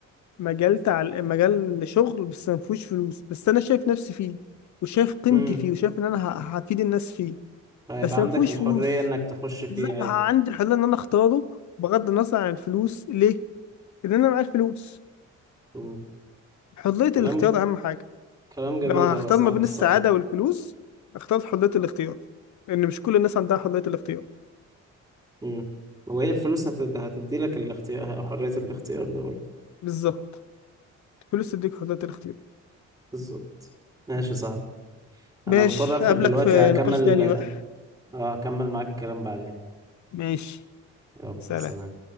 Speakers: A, on the left; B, on the right.
A: مجال تع... مجال شغل بس ما فيهوش فلوس بس أنا شايف نفسي فيه وشايف قيمتي
B: امم
A: فيه وشايف إن أنا ه- هفيد الناس فيه
B: هيبقى
A: بس
B: عندك
A: ما فيهوش
B: الحرية
A: فلوس
B: انك تخش فيه
A: زي
B: عادي
A: ما عندي الحرية إن أنا أختاره بغض النظر عن الفلوس ليه؟ لأن أنا معايا الفلوس
B: مم.
A: حرية
B: كلام
A: الاختيار أهم حاجة
B: كلام جميل
A: لو هختار
B: اوي يا صاحبي
A: ما بين
B: الصراحة
A: السعادة والفلوس اختار حرية الاختيار لأن مش كل الناس عندها حرية الاختيار
B: امم وهي الفلوس هتد... هتدي لك الاختيار حرية الاختيار ده برضه
A: بالظبط الفلوس تديك حرية الاختيار
B: بالظبط ماشي يا صاحبي
A: ماشي
B: انا مضطر اقفل
A: أقابلك
B: دلوقتي
A: في
B: هكمل
A: نقاش تاني بقى
B: اه هكمل معاك الكلام بعدين
A: ماشي
B: يلا
A: سلام
B: سلام